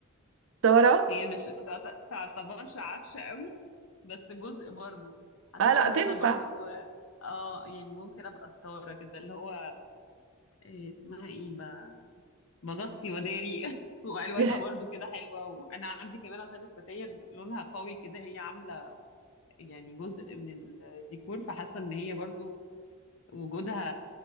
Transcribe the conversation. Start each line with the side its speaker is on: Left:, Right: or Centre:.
Right: ترى
Left: <laughs> هي مش ما تعت- تعتبرش عفشة قوي بس جزء برضو حسيت
Right: اه لا
Left: ان
Right: تنفع
Left: انا برضو اه آه، يعني ممكن ابقى ستارة كده اللي هو آه، اسمها ايه ب- بغطي وداري <laughs> والوانها
Right: <laughs>
Left: برضو كده حلوة وانا عندي كمان عشان الستاير لونها قوي كده هي عاملة يعني جزء من الديكور فحاسه ان هي برضو وجودها